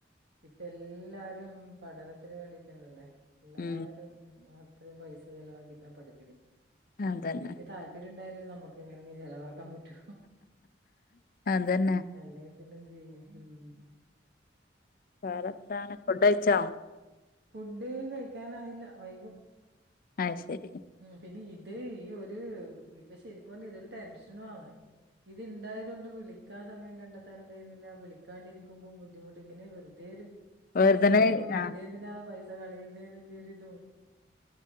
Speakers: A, on the right; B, on the left.
A: ഇപ്പ എല്ലാരും പഠനത്തിന് വേണ്ടി തന്നെല്ലേ എല്ലാരും
B: ഉം
A: ഇത്രയും പൈസ ചിലവാക്കിട്ടാണ് പഠിപ്പിക്കുന്നത്
B: അതന്നെ
A: ഇവർക്ക് താപര്യം പ്പ്ര്യംണ്ടായല് നമുക്ക് എങ്ങനെങ്കിലും ചിലവാക്കാൻ പറ്റു
B: അതന്നെ
A: അല്ലെങ്കി പിന്നെ എന്ത്തു ചെയ്യും മം
B: വേറെ എന്താണ്, ഫുഡ്‌കഴിച്ചോ
A: ഫുഡ് കഴിക്കാനായില്ല വൈകും
B: അത് ശരി
A: മം പിന്നെ ഇത് ഈ ഒരു ഇപ്പൊ ശരിക്കും പറഞ്ഞ ഇതൊരു ടെൻഷനും ആണ് ഇത് ഇണ്ടായത് കൊണ്ട് വിളി ക്കാൻ സമയം കണ്ടെത്താനും കഴിയുന്നില്ല വിളിക്കാണ്ടിരിക്കുമ്പോൾ ബുദ്ധിമുട്ട് ഇങ്ങനെ വെറതെഒരു സംസാരിക്കുമ്പോ
B: വെറുതനെ
A: വെറുതെന്തിനാ
B: ആഹ്
A: പൈസ കളയുന്നള്ളരിതും